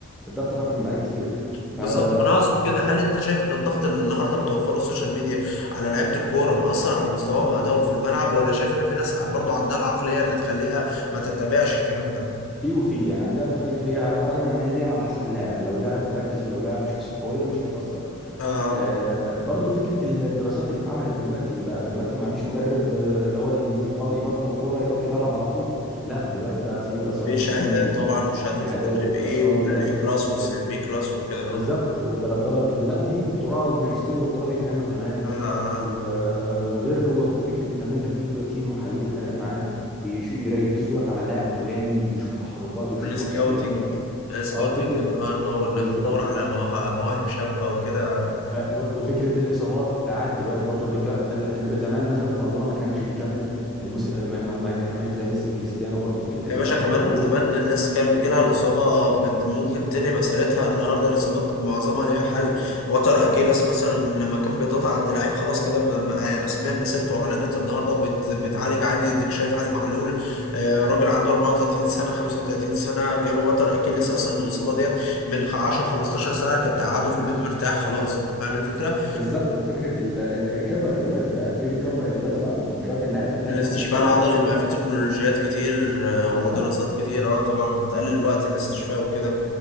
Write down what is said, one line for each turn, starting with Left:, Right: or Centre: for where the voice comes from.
Centre: الضغط خف من عليه كتير ففي
Left: بالظبط فانا اقصد كده هل انت شايف ان الضغط اللي النهارده بتوفره السوشيال ميديا على لعيبه الكوره مأثر على مستواهم وادائهم في الملعب ولا شايف ان في ناس برضو عندها العقليه اللي تخليها ما تتبعش الكلام ده
Centre: وفي يعني دي هتختلف هي انا رايي انا إن هي دي يعني على حسب اللاعب لو لاعب مركز ولو لاعب شخصيته قويه مش هيتاثر
Left: اه
Centre: آه، برضو فكرة الدراسات اللي اتعملت دلوقتي بقى دلوقتي ما فيش مدرب آه، اللي هو يخ- يبطل كورة يروح يدرب على طول لا دلوقتي بقى في دراسات
Left: في
Centre: بتتعمل
Left: شهادات
Centre: وبيحقق
Left: طبعا وشهادة
Centre: شهادات
Left: التدريب
Centre: ودراسات
Left: ايه والاي
Centre: ولازم
Left: كلاس
Centre: ب-
Left: والبي كلاس وكده اه
Centre: بالظبط ودرجات ولا وفي دكتوراه وماجستير ودكتوراه بيتعملوا كمان
Left: آه،
Centre: و- آه، وغير و- وفكرة انك انت تجيب تيم محللين اداء معاك يش- يركزوا لك على اللاعب الفلاني بيشوفوا تحركاته يشوفوا
Left: والسكاوتنج
Centre: احصائياته
Left: سكاوتنج
Centre: اه فكرة
Left: النهارده وانك
Centre: والسكاوتنج
Left: تدور على مواهب مواهب شابة وكده
Centre: و- و- وفكره الاصابات التعافي دلوقتي برضو الركا... انت احنا دلوقتي زمان مثلا مارادونا ما كانش بيكمل المس... ما ما- ما كملش زي ميسي وكريستيانو برضو فكره الريكفري
Left: يا باشا كمان
Centre: الاول
Left: زمان الناس كان بيجيلها الإصابة بت ممكن تنهي مسيرتها النهاردة الإصابات معظمها ليها حل وتر أكيلس مثلا لما كان بيتقطع عند لعيب خلاص كده ما- ما- رسميا مسيرته أعلنت النهاردة بت بتعالج عادي اديك شايف علي معلول آه، راجل عنده 34 سنة 35 سنة جاله وتر أكيلس أصلا الإصابة ديت من 10 15 سنة كانت قعده في البيت مرتاح خلاص أنت فاهم الفكرة
Centre: بالظبط وفكره ال... ال- الريكفري دلوقتي بقى في ريكفري دلوقتي بعد الماتشات اللاعب بتاني
Left: الاستشفاء
Centre: ماتش تلاقيه
Left: العضلي
Centre: زي الفل
Left: بقى فيه تكنولوجيات كتير آه،
Centre: بالظبط
Left: ودراسات كتير اه طبعا بتقلل وقت الاستشفاء وكده